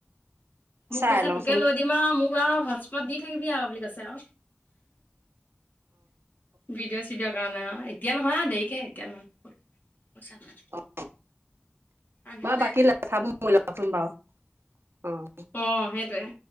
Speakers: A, on the left; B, on the right.
A: মোক
B: চাই
A: কৈছে
B: লওঁচোন
A: তোকে লৈ দিম আৰু মোক কোৱা আৰু হটস্পত দি থাকিবি আৰু বুলি আৰু কৈছে আৰু। ভিডিঅ' চিডিঅ' কাৰণে অ' এতিয়া নহয় দেৰিকে এতিয়া নহয়। পইচা নাই
B: অ',
A: আগলে
B: বা বাকী লেঠা বোৰ মৰিলকচোন বাৰু অ'।
A: অ', হেইটোৱে।